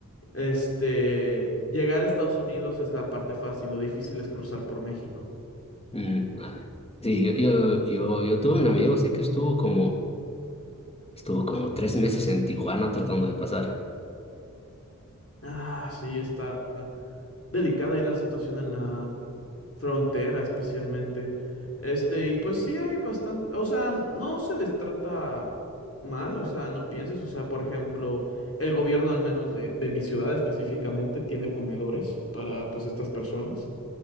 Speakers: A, on the left (about 45°); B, on the left (about 20°).
A: Este, llegar a Estados Unidos es la parte fácil, lo difícil es cruzar por México.
B: Mm, Sí, yo, yo, yo, yo tuve un amigo, sí, que estuvo como, estuvo como tres meses en Tijuana tratando de pasar.
A: Ah, sí, está delicada ahí la situación en la frontera, especialmente. Este, y pues sí hay bastante, o sea, no se les trata mal, o sea, no pienses, o sea, por ejemplo, el gobierno al menos de, de mi ciudad específicamente tiene comedores para pues estas personas